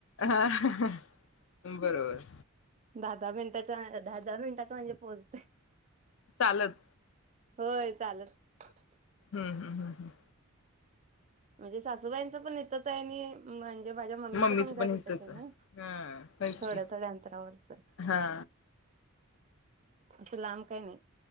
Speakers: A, on the left; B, on the right.
A: हा ह ह ह बरोबर
B: दहा दहा मिनिटाच्या दहा दहा मिनिटात म्हणजे पोहचतय
A: चालत
B: होय चालत
A: हम् हम् हम् हम्
B: म्हणजे सासूबाईं तिचं पण हितच आहे आणि मन ये माझ्या मम्मीचं
A: मम्मीच
B: पण घर हितच
A: इथंच
B: आहे ना
A: हा होयच
B: थोड्या
A: की
B: थोड्या अंतरावरच य
A: हा
B: अस लांब काय नाही.